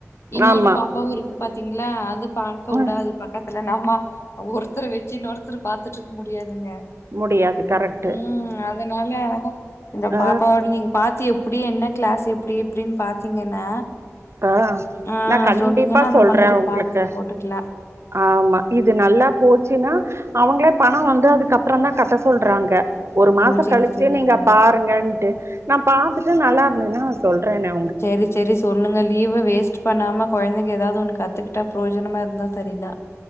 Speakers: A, on the left; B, on the right.
A: இன்னொரு
B: ஆமா
A: பாப்பாவு இரு கு பாத்தீங்களா அது பாக்க
B: ஆ
A: உடாது பக்கத்துல நம்மா ஒவ்வொருத்தர வெச்சி இன்னொருத்தர பாத்துட்ருக்க முடியாதுங்க
B: முடியாது கரெக்ட்
A: ம் அதனால அத இந்த
B: ஆ
A: பாப்பாவோட நீங்க பாத்து எப்டி என்ன கிளாஸ் எப்டி இப்டின்னு பாத்தீங்கன்னா
B: டா
A: ஆ
B: நா கண்டிப்பா
A: சொன்னீங்கன்னா அந்த
B: சொல்ற
A: மாதிரி
B: உங்களுக்கு
A: பாத்து போட்டுக்கலா
B: ஆமா இது நல்லா போச்சுன்னா அவங்களே பண வந்து அதுக்கப்றந்தா கட்ட சொல்றாங்க ஒரு
A: ஓ
B: மாசோ
A: செரி
B: கழிச்சு
A: செரிங்க
B: நீங்க பாரு ங்கட்டு நா பாத்துட்டு நல்லா இருந்தேன்னா சொல்றேனா
A: செரி செரி சொல்லுங்க லீவ வேஸ்ட்டு பண்ணாம கொழந்தைங்க ஏதாவ்து ஒண்ணு கத்துக்கிட்டா ப்ரோஜனமா இருந்தா சரிதா